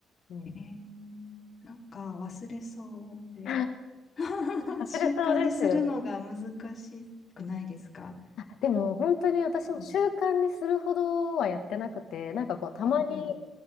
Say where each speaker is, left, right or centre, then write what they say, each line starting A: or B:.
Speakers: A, on the left; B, on the left.
A: うん。
B: へえー。なんか忘れそうで。
A: <laughs>
B: <laughs> 習慣にするのが難しくないですか
A: それそうですよね。あ、でも本当に私も習慣にするほどはやってなくて、
B: うん。
A: なんかこうたまに、
B: うんうん。